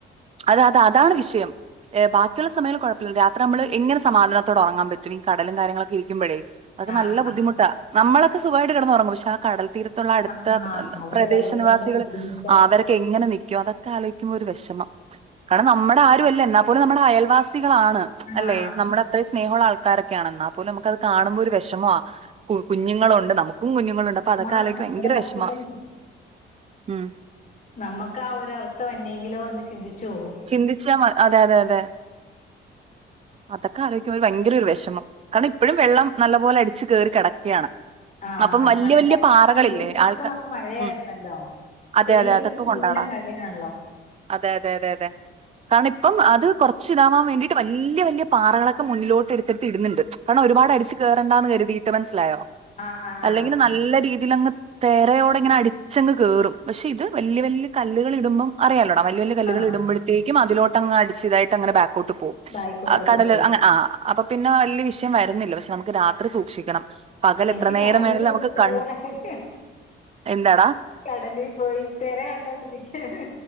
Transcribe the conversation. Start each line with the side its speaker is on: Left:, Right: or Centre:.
Right: അത അത അതാണ് വിഷയം ബാക്കിയുള്ള സമയം കുഴപ്പില്ല രാത്രി നമ്മള് എങ്ങനെ സമാധാനത്തോട് ഉറങ്ങാൻ പറ്റും ഈ കടലും കാര്യങ്ങളൊക്കെ ഇരിക്കുമ്പോഴേ അത് ഒക്കെ
Left: ആഹ്
Right: നല്ല ബുദ്ധിമുട്ട നമ്മളൊക്കെ സുഖമായിട്ട് കിടന്നറങ്ങും പക്ഷെ ആ കടൽ തീരത്ത് ത്ത അടുത്ത
Left: ആഹ് ആഹ് അവിടെ
Right: പ്രദേശ
Left: ഉള്ളതിന്റെ
Right: നിവാസികൾ
Left: ബുദ്ധിമുട്ട്
Right: അവരൊക്കെ എങ്ങനെ നിക്കും അതൊക്കെ ആലോചി ഒരു വിഷമം കാരണം നമ്മുടെ ആരും അല്ല എന്നാ പോലും നമ്മുടെ അയൽവാസികളാണ് അല്ലെ
Left: ആഹ്
Right: നമ്മുടെ അത്ര സ്നേഹമുള്ള ആൾക്കാരൊക്കെയാണ് എന്നാ പോലും നമുക്കത് കാണുമ്പോ ഒരു വിഷമാ ആ കുഞ്ഞുങ്ങളുണ്ട് നമുക്കും കുഞ്ഞുങ്ങളുണ്ട് അപ്പ അതൊക്കെ
Left: ആഹ്
Right: ആലോയിക്ക
Left: നമ്മുടെ
Right: ഭയങ്കര
Left: മക്കളും
Right: വിഷമ ഉം
Left: നമ്മുക്ക് ആ ഒര് അവസ്ഥ വന്നെങ്കിലോ എന്ന് ചിന്തിച്ചു പോകും
Right: ചിന്തിച്ച അതെ അതെ അതെ അതൊക്കെ ആലോചിക്കുമ്പ ഒരു ഭയങ്കര ഒരു വിഷമം കാരണം ഇപ്പഴും വെള്ളം നല്ലപോലെ അടിച്ച് കേറി കിടക്കുകയാണ്
Left: ആഹ്
Right: അപ്പം വല്യ
Left: മഴ
Right: വല്യ പാറകളില്ലേ
Left: നല്ല ശക്തമായ
Right: ആൾക്കാ
Left: മഴയായിരുന്നല്ലോ
Right: ഉം അതെ
Left: പെയ്യുന്നത്
Right: അതെ അതൊക്കെ
Left: നല്ല
Right: കൊണ്ടാടാ
Left: മഴയാണല്ലോ
Right: അതെ അതെ അതെ അതെ കാരണം ഇപ്പം അത് കുറച്ച് ഇതാവാൻ വേണ്ടിട്ട് വല്ലി വല്ല്യ വല്ല്യ പാറകളൊക്കെ മുന്നിലോട്ട് എടുത്തെടുത്ത് ഇട്ന്നുണ്ട് കാരണം ഒരുപാടടിച്ച് കയറണ്ടാന്ന് കരുതിയിട്ട് മനസ്സിലായോ
Left: ആഹ് ആഹ്
Right: അല്ലെങ്കിൽ
Left: ആഹ്
Right: നല്ല രീതിലങ്ങ് തേരയോടെ ഇങ്ങനെ അടിച്ചങ്ങ് കേറും പക്ഷെ ഇത് വല്യ വല്യ കല്ലുകൾ ഇടുമ്പം അറിയാല്ലൊട വല്യ വല്യ കല്ലുകൾ
Left: ആഹ്
Right: ഇടുമ്പോഴത്തേക്കും അതിലോട്ടങ്ങ് അടിച്ച് ഇതായിട്ട് അങ്ങനെ ബാക്കോട്ട് പോവും
Left: ബായ്ക്കോട്ട്
Right: ആഹ് കടല്
Left: പോകും
Right: അങ്ങനെ ആഹ് അപ്പൊ പിന്നെ വലിയ വിഷയം വരുന്നില്ല പക്ഷെ നമുക്ക് രാത്രി സൂക്ഷിക്കണം പകൽ
Left: എനിക്ക്
Right: എത്ര നേരം
Left: ഭയങ്കര
Right: വേണേലും നമുക്ക്
Left: ഇഷ്ടമുള്ള
Right: കൺ
Left: കാര്യാ
Right: എന്താടാ
Left: കടലിപോയി തെര കണ്ടോണ്ടിരിക്കാന്